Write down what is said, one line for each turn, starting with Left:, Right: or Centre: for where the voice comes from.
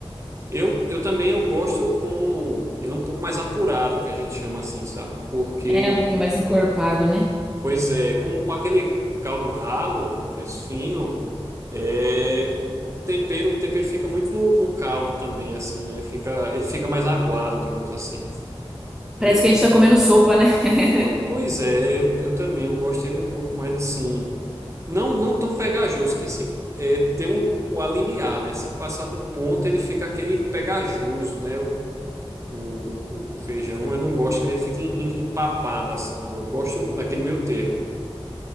Right: Eu, eu também eu gosto com ele um pouco mais apurado, que a gente chama assim, sabe? Porque,
Centre: É, um pouquinho mais encorpado, né?
Right: pois é, com, com aquele caldo ralo, mais fino, é, tempero, o tempero fica muito no, no caldo também, assim, né? Fica, ele fica mais aguado, digamos assim.
Centre: Parece
Right: Eu,
Centre: que a gente tá comendo sopa, né?
Right: po-
Centre: <laughs>
Right: pois é, eu, eu também, eu gosto dele um pouco mais assim. Não, não tão pegajoso, que se é, tem um, o alimiar, né? Se passar do ponto, ele fica aquele pegajoso, né? o, o, o feijão. Eu não gosto quando ele fica em- em- empapado assim, ó. Eu gosto naquele meio termo.